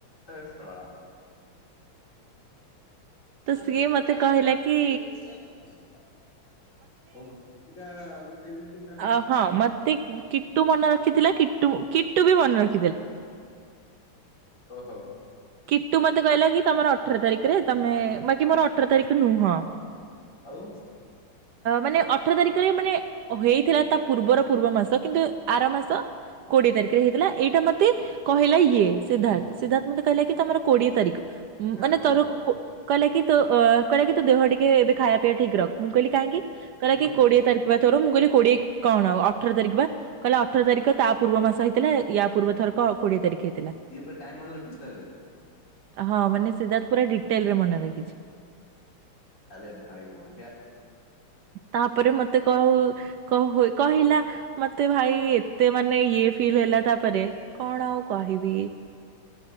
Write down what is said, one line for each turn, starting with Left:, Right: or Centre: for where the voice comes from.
Left: !!!!!!!!!!
Right: ତ
Left: ଚାଲି
Right: ସିଏ
Left: ଥିଲା
Right: ମତେ
Left: ଆ
Right: କହିଲା
Left: କରିଦ
Right: କି
Left: କରିଦେଲି ତ କଁ କରି <unintelligible> ଇଟା <inaudible>
Right: ଅହଁ ମତେ କିଟୁ ମନେ ରଖିଥିଲା କିଟୁ କିଟୁ ବି ମନେ ରଖି
Left: ଓହୋ।
Right: କିଟୁ ମତେ କହିଲା କି ତମର ଅଠର ତାରିଖରେ ତମେ ବାକ ମୋର ଅ ଅଠର ତାରିଖ ନୁହଁ
Left: ଆଉ
Right: ମାନେ ଅଠର ତାରିଖରେ ମାନେ ଓ ହେଇଥିଲା ତା ପୂର୍ବର ପୂର୍ବ ମାସ କିନ୍ତୁ ଆର ମାସ। କୋଡିଏ ତାରିଖରେ ହେଇଥିଲା ଏଇଟା ମତେ କହିଲା ଇଏ ସିଦ୍ଧାର୍ଥ
Left: ହୁଁ
Right: ସିଧାତ୍ କହିଲା କି ତମର କୋଡିଏ ତାରିଖ
Left: ଆରେ
Right: ମାନେ
Left: ଭାଇ
Right: ତୋର କୋ କହିଲା କି ତୋ କହିଲା କି ତୋ ଦେହ ଟିକେ ଏବେ ଖାଇବା ପିଇବା ଠିକ ରଖ। ମୁଁ କହିଲି କାହିଁକି? କହିଲା
Left: ହୁଁ
Right: କି କୋଡିଏ ତାରିଖ ତୋର ମୁଁ କହିଲି କୋଡିଏ କଣ ଅଠର ତାରିଖବା କହିଲା ଅଠର ତାରିଖ ତା ପୂର୍ବ ମାସ ହେଇଥିଲା ୟା ପୂର୍ବ ତାରିଖ କୋଡିଏ ତାରିଖ ହେଇଥିଲା।
Left: ଇଏ ପୁରା ଟାଇମ୍ ମନେ ରଖିଛି ତାହେଲେ।
Right: ହଁ ମାନେ ସିଦ୍ଧାର୍ଥ ପୁରା ଡିଟେଲ ରେ ମନେ ରଖିଛି।
Left: ଆରେ ଭାଇ ବଢ଼ିଆ।
Right: ତାପରେ ମତେ କହୁ କହୁଏ କହିଲା ମତେ ଭାଇ ଏତେ ମାନେ ଇଏ ଫିଲ୍ ହେଲା ତାପରେ। କଣ ଆଉ କହିବି?